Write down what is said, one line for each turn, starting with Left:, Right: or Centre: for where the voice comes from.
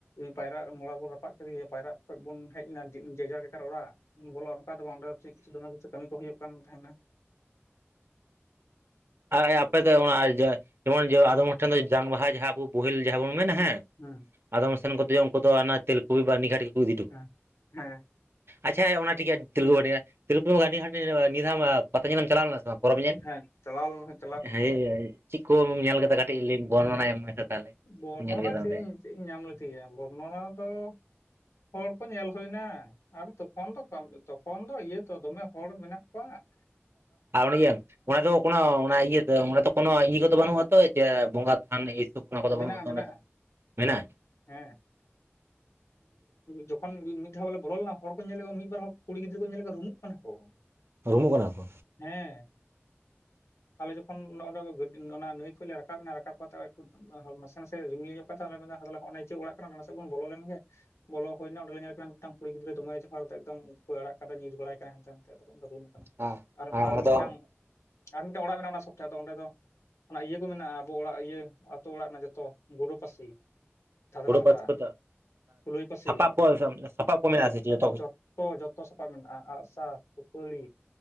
Left: ᱯᱟᱭᱨᱟᱜ ᱢᱚᱲᱟ ᱵᱚᱱ ᱨᱟᱯᱟᱜ ᱠᱮᱫᱮᱭᱟ ᱯᱟᱭᱨᱟᱜ ᱠᱷᱚᱡ ᱵᱚᱱ ᱦᱮᱡᱱᱟ ᱡᱮᱡᱟᱨ ᱛᱮᱛᱟᱨ ᱚᱲᱟᱜ ᱵᱚᱞᱚ ᱚᱱᱠᱟ ᱫᱚ ᱵᱟᱝ᱾ ᱚᱸᱰᱮ ᱫᱚ <unintelligible> ᱫᱚᱢᱮ ᱠᱤᱪᱷᱩ ᱠᱟᱢᱤ ᱦᱩᱭᱩᱜ ᱠᱟᱱ ᱛᱟᱦᱮᱱᱟ ᱾
Right: ᱟᱨ ᱟᱯᱮ ᱫᱚ ᱚᱱᱟ, <unintelligible> ᱡᱮᱢᱚᱱ ᱟᱫᱚᱢ ᱦᱚᱲ ᱴᱷᱮᱱ ᱫᱚ ᱡᱟᱝ ᱵᱟᱦᱟ ᱡᱟᱦᱟᱸ ᱟᱵᱚ ᱵᱳᱦᱮᱞ ᱡᱟᱦᱟᱸ ᱵᱚᱱ ᱢᱮᱱᱟ᱾ ᱦᱮᱸᱼᱼ
Left: ᱦᱩᱸ᱾
Right: ᱟᱫᱚᱢ ᱥᱮᱱ ᱠᱚᱫᱚ ᱩᱱᱠᱩ ᱫᱚ, ᱚᱱᱟ ᱛᱮᱞᱠᱩᱯᱤ ᱵᱟᱹᱨᱱᱤ ᱜᱷᱟᱴ ᱜᱮᱠᱚ ᱤᱫᱤ ᱦᱚᱴᱚ ᱠᱟᱜᱼᱟ
Left: ᱦᱮᱸ
Right: ᱾
Left: ᱦᱮᱸ
Right: ᱟᱪᱪᱷᱟ ᱚᱱᱟ ᱴᱤᱠ ᱜᱮᱭᱟ᱾ <unintelligible> ᱛᱮ ᱛᱮᱞᱠᱩᱯᱤ ᱜᱷᱟᱴ ᱱᱤᱭᱟᱹ ᱫᱷᱟᱣ ᱯᱟᱛᱟ ᱧᱮᱞ ᱮᱢ ᱪᱟᱞᱟᱣ ᱞᱮᱱᱟ᱾ ᱥᱮ ᱯᱚᱨᱚᱵᱽ ᱧᱮᱞᱼᱼ
Left: ᱦᱮᱸ ᱪᱟᱞᱟᱣ <unintelligible>
Right: ᱦᱮᱸ, ᱪᱮᱫ ᱠᱚᱢ ᱧᱮᱞ ᱠᱮᱫᱟ ᱠᱟᱹᱴᱤᱡ ᱞᱟᱹᱭ, ᱵᱚᱨᱱᱚᱱᱟ ᱮᱢ ᱢᱮᱥᱮ ᱛᱟᱦᱚᱞᱮ᱾ ᱪᱮᱫ
Left: ᱵᱚᱨᱱᱚᱱᱟ
Right: ᱠᱚᱢ ᱧᱮᱞ ᱠᱮᱫᱟ ᱚᱸᱰᱮ?
Left: ᱪᱮᱫ ᱤᱧ ᱪᱮᱫ ᱤᱧ ᱧᱟᱢ ᱞᱮᱫᱮᱭᱟ ᱾ ᱵᱚᱨᱱᱚᱱᱟ ᱫᱚᱼᱼ ᱦᱚᱲ ᱠᱚ ᱧᱮᱞ ᱦᱳᱭ ᱱᱟ ᱾ ᱟᱨ ᱛᱚᱠᱷᱚᱱ ᱫᱚ, ᱛᱚᱠᱷᱚᱱ ᱫᱚ ᱤᱭᱟᱹ ᱛᱚ ᱫᱚᱢᱮ ᱦᱚᱲ ᱢᱮᱱᱟᱜ ᱠᱚᱣᱟ ᱾
Right: ᱟᱨ ᱤᱭᱟᱹ <unintelligible> ᱚᱱᱟ ᱫᱚ ᱠᱳᱱᱳ ᱚᱱᱟ ᱤᱭᱟᱹ ᱚᱱᱟ ᱫᱚ ᱠᱚᱱ ᱤᱭᱟᱹ ᱠᱚᱫᱚ ᱵᱟᱹᱱᱩᱜᱼᱟᱛᱚ ᱡᱮ ᱵᱚᱸᱜᱟᱼᱼ ᱛᱷᱟᱱ ᱮ ᱥᱚᱵ <unintelligible> ᱠᱚᱫᱚ ᱵᱟᱹᱱᱩᱜ
Left: ᱢᱮᱱᱟᱜᱼᱟ
Right: ᱟᱫᱚ
Left: ᱢᱮᱱᱟᱜᱼᱟ
Right: ᱚᱸᱰᱮ ᱫᱚ ᱾ ᱢᱮᱱᱟᱜᱼᱟ?
Left: ᱦᱮᱸ᱾ ᱡᱚᱠᱷᱚᱱ ᱢᱤᱫ ᱫᱷᱟᱣ ᱵᱟᱞᱮ ᱵᱚᱞᱚ ᱞᱮᱱᱟ ᱾ ᱦᱚᱲ ᱠᱚ ᱧᱮᱞ ᱢᱤᱫ ᱵᱟᱨ ᱦᱚᱲ ᱠᱩᱲᱤ ᱜᱤᱫᱽᱨᱟᱹ ᱠᱚ ᱧᱮᱞ ᱮᱫ ᱠᱚᱣᱟ ᱨᱩᱢᱩᱜ ᱠᱟᱱᱟ ᱠᱚ ᱾
Right: ᱨᱩᱢᱩᱜ ᱠᱟᱱᱟ ᱠᱚ᱾
Left: ᱦᱮᱸ᱾ ᱟᱞᱮ ᱡᱚᱠᱷᱚᱱ ᱚᱸᱰᱮ, ᱚᱱᱟ ᱱᱟᱹᱭ ᱠᱷᱚᱱᱟᱞᱮ ᱨᱟᱠᱟᱵ ᱮᱱᱟ ᱾ ᱨᱟᱠᱟᱵ ᱠᱟᱛᱮ ᱮᱠᱴᱩ ᱱᱟᱥᱮ ᱱᱟᱥᱮ ᱨᱤᱢᱤᱞ ᱧᱚᱜᱼᱼ ᱛᱮ ᱦᱟᱜ <unintelligible> ᱚᱱᱮ ᱪᱮᱫ ᱚᱲᱟᱜ ᱠᱟᱱᱟ᱾ ᱱᱚᱵᱮ ᱥᱮᱫ ᱵᱚᱱ ᱵᱚᱞᱚ ᱞᱮᱱ ᱜᱮ᱾ ᱵᱚᱞᱚ ᱦᱳᱭᱱᱟ᱾ ᱚᱸᱰᱮ ᱧᱮᱞᱮ ᱠᱟᱱᱟ ᱢᱤᱫᱴᱟᱝ ᱠᱩᱲᱤ ᱜᱤᱫᱽᱨᱟᱹ ᱫᱚᱢᱮ ᱡᱚᱦᱟᱨ ᱮᱠᱫᱚᱢ, ᱩᱵ ᱠᱚ ᱟᱲᱟᱜ ᱠᱟᱫᱟ ᱧᱤᱨ ᱵᱟᱲᱟᱭ ᱠᱟᱱᱟ ᱦᱟᱱᱛᱮ ᱱᱟᱛᱮ᱾ ᱨᱩᱢ ᱠᱟᱱᱟᱭ
Right: ᱦᱮᱸ
Left: ᱾
Right: ᱦᱮᱸ
Left: ᱟᱨ
Right: ᱚᱱᱟ ᱫᱚ
Left: ᱢᱤᱫᱴᱟᱝ, ᱟᱨ ᱢᱤᱫᱴᱟᱝ ᱚᱲᱟᱜ ᱢᱮᱱᱟᱜᱼᱟ ᱚᱱᱟ <unintelligible> ᱚᱸᱰᱮ ᱫᱚᱼᱼ ᱚᱱᱟ ᱤᱭᱟᱹ ᱠᱚ ᱢᱮᱱᱟᱜᱼᱟ᱾ ᱟᱵᱚ ᱚᱲᱟᱜ ᱤᱭᱟᱹ, ᱟᱛᱳ ᱚᱲᱟᱜ ᱨᱮᱱᱟᱜ ᱡᱚᱛᱚ ᱜᱳᱰᱳ ᱯᱟᱹᱥᱤ᱾ ᱫᱷᱟᱫᱨᱟ
Right: ᱜᱩᱲᱩ
Left: ᱦᱟᱴᱟᱜ,
Right: ᱯᱟᱥ ᱠᱚ
Left: ᱠᱩᱞᱟᱹᱭ ᱯᱟᱹᱥᱤ,
Right: ᱥᱟᱯᱟᱵ ᱠᱚ ᱥᱟᱯᱟᱵ ᱠᱚ ᱢᱮᱱᱟᱜᱼᱟ
Left: ᱡᱚᱛ
Right: ᱥᱮ ᱪᱮᱫ ᱡᱚᱛᱚ ᱠᱤᱪᱷᱩ?
Left: ᱡᱚᱛ <unintelligible> ᱚ ᱡᱚᱛᱚ ᱥᱟᱯᱟᱵ ᱢᱮᱱᱟᱜᱼᱟ᱾ ᱟᱜᱼᱥᱟᱨ, ᱥᱩᱯᱟᱹᱲᱤ